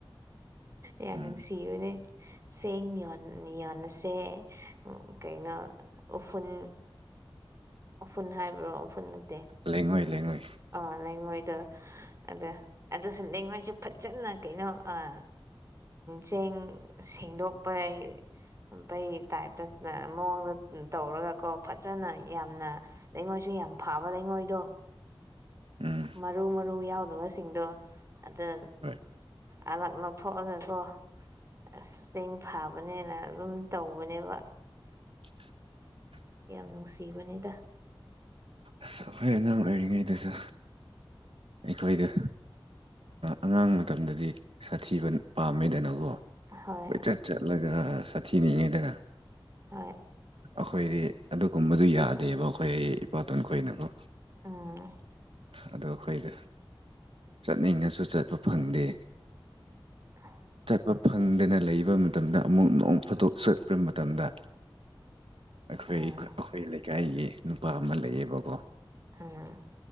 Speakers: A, on the right; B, on the right.
A: ꯌꯥꯝ
B: ꯎꯝ
A: ꯅꯨꯡꯁꯤꯕꯅꯦ ꯁꯦꯡ ꯌꯣꯟꯂꯁꯦ ꯎ ꯀꯩꯅꯣ ꯎꯐꯨꯜ ꯎꯐꯨꯟ ꯍꯥꯏꯕ꯭ꯔꯣ ꯎꯐꯨꯟ ꯅꯠꯇꯦ
B: ꯂꯩꯉꯣꯏ ꯂꯩꯉꯣꯏ
A: ꯑꯥ ꯂꯩꯉꯣꯏꯗꯣ ꯑꯗ ꯑꯗꯨꯁꯨ ꯂꯩꯉꯣꯏꯁꯦ ꯐꯖꯅ ꯀꯩꯅꯣ ꯑꯥ ꯆꯦꯡ ꯁꯦꯡꯗꯣꯛꯄꯩ ꯄꯩ ꯇꯥꯏꯞꯇ ꯃꯑꯣꯡꯗ ꯇꯧꯔꯒꯀꯣ ꯐꯖꯅ ꯌꯥꯝꯅ ꯂꯩꯉꯣꯏꯁꯨ ꯌꯥꯝ ꯐꯕ ꯂꯩꯉꯣꯏꯗꯣ
B: ꯎꯝ
A: ꯃꯔꯨ ꯃꯔꯨ ꯌꯥꯎꯗꯕꯁꯤꯡꯗꯣ ꯑꯗ
B: ꯍꯣꯏ
A: ꯑꯂꯛ ꯂꯧꯊꯣꯛꯑꯒꯀꯣ ꯑꯁ ꯆꯦꯡ ꯐꯥꯕꯅꯦꯅ ꯑꯗꯨꯝ ꯇꯧꯕꯅꯦꯕ
B: <unintelligible>
A: ꯌꯥꯝ ꯅꯨꯡꯁꯤꯕꯅꯤꯗ
B: ꯑꯁ ꯑꯩꯈꯣꯏ ꯑꯉꯥꯡ ꯑꯣꯏꯔꯤꯉꯩꯗꯨꯁꯨ ꯑꯩꯈꯣꯏꯗ ꯑꯉꯥꯡ ꯃꯇꯝꯗꯗꯤ ꯁꯥꯊꯤꯕ ꯄꯥꯝꯃꯦꯗꯅꯀꯣ
A: ꯍꯣꯏ
B: ꯀꯣꯏꯆꯠ ꯆꯠꯂꯒ ꯁꯥꯊꯤꯅꯤꯡꯉꯤꯗꯅ
A: ꯍꯣꯏ
B: ꯑꯩꯈꯣꯏꯗꯤ ꯑꯗꯨꯒꯨꯝꯕꯗꯨ ꯌꯥꯗꯦꯕ ꯑꯩꯈꯣꯏ ꯑꯩ ꯏꯄꯥꯇꯣꯟꯈꯣꯏꯅꯀꯣ
A: ꯎꯝ
B: ꯑꯗꯣ ꯑꯩꯈꯣꯏꯗ ꯆꯠꯅꯤꯡꯉꯁꯨ ꯆꯠꯄ ꯐꯪꯗꯦ
A: ꯍ
B: ꯆꯠꯄ ꯐꯪꯗꯅ ꯂꯩꯕ ꯃꯇꯝꯗ ꯑꯃꯨꯛ ꯅꯣꯡ ꯐꯥꯗꯣꯛ ꯆꯠꯄ ꯃꯇꯝꯗ ꯑꯩꯈꯣꯏ
A: ꯎꯝ
B: ꯑꯩꯈꯣꯏ ꯂꯩꯀꯥꯏꯒꯤ ꯅꯨꯄꯥ ꯑꯃ ꯂꯩꯌꯦꯕꯀꯣ
A: ꯑꯝ